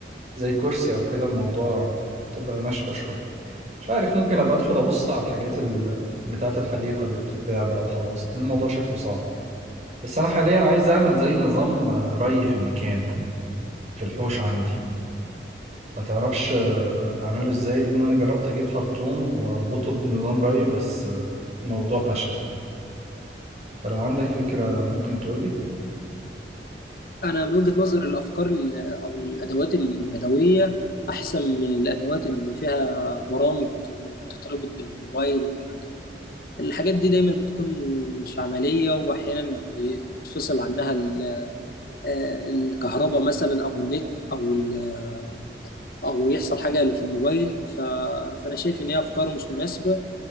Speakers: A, on the right (about 40°); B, on the left (about 55°).
A: زي كرسي او كده الموضوع هتبقى ناشفه شويه مش عارف ممكن ابقى ادخل ابص على الحاجات ال... بتاعه الحديقه اللي بتتباع بقى وخلاص لان الموضوع شكله صعب بس انا حاليا عايز اعمل زي نظام آه، ري في المكان في الحوش عندي ما تعرفش آه، اعمله ازاي لان انا جربت اجيب خرطوم واربطه بنظام ري بس آه، الموضوع فشل فلو عندك فكره ممكن تقولي
B: انا من وجهة نظر الافكار ال- او الادوات اليدويه احسن من الادوات اللي فيها برامج وت- وتتربط بالموبايل والكلام ده الحاجات دي دايما بتكون مش عمليه واحيانا بيتفصل عنها ال- آه، الكهرباء مثلا او النت او ال- او يحصل حاجه في الموبايل ف... فانا شايف ان هي افكار مش مناسبه